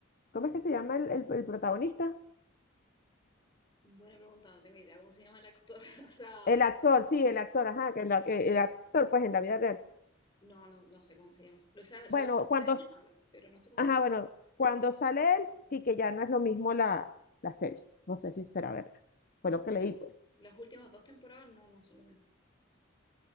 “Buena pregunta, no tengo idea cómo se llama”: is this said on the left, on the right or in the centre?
Left